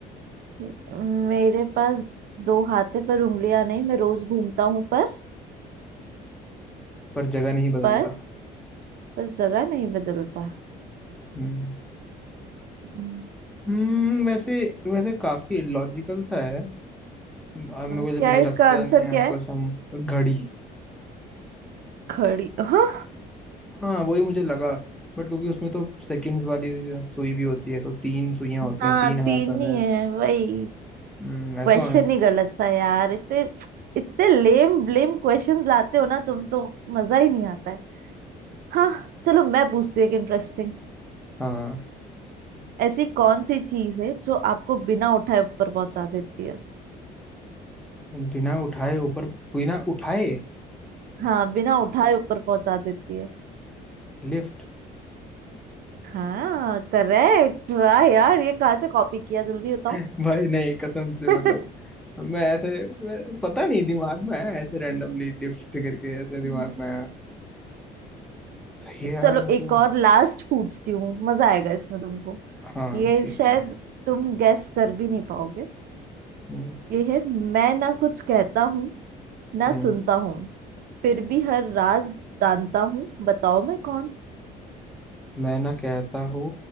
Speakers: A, on the right; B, in the centre.
A: ठीक मेरे पास दो हाथ है पर उंगलियां नहीं मैं रोज घूमता हूँ पर
B: पर जगह नहीं बदलता
A: पर पर जगह नहीं बदलता
B: हम्म
A: हम्म,
B: हम्म, वैसे वैसे काफी लॉजिकल सा है म- आ, मुझे
A: हाँ, क्या
B: मुझे
A: है
B: लगता
A: इसका आंसर
B: है नहीं आपको
A: क्या है
B: सम घड़ी
A: घड़ी हाँ
B: हाँ वही मुझे लगा बट क्योंकि उसमें तो सेकंड्स वाली सुई भी होती है तो तीन सुइयां होती
A: हाँ
B: हैं तीन हाथ
A: तीन
B: आने
A: ही है वही
B: हम्म, ऐसा
A: क्वेश्चन
B: होना
A: ही गलत था यार इतने इतने लेम लेम क्वेश्चंस लाते हो ना तुम तो मजा ही नहीं आता है हाँ चलो मैं पूछती हूँ एक इंटरेस्टिंग
B: हाँ
A: ऐसी कौन सी चीज है जो आपको बिना उठाए ऊपर पहुंचा देती है
B: बिना उठाए ऊपर बिना उठाए
A: हाँ बिना उठाए ऊपर पहुंचा देती है
B: लिफ्ट
A: हाँ करेक्ट वाह यार ये कहाँ से कॉपी किया जल्दी बताओ
B: भाई नहीं कसम से
A: <laughs>
B: मतलब मैं ऐसे मैं- पता नहीं दिमाग में आया ऐसे रैंडमली लिफ्ट करके ऐसे दिमाग
A: हम्म,
B: में आया सही है यार
A: चलो
B: मतलब
A: एक और लास्ट पूछती हूँ मजा आएगा इसमें तुमको
B: हाँ
A: ये
B: ठीक
A: शायद
B: है
A: तुम गैस कर भी नहीं पाओगे
B: हम्म
A: ये है मैं ना कुछ कहता हूँ ना
B: हम्म
A: सुनता हूँ फिर भी हर राज जानता हूँ बताओ मैं कौन
B: मैं ना कहता हूँ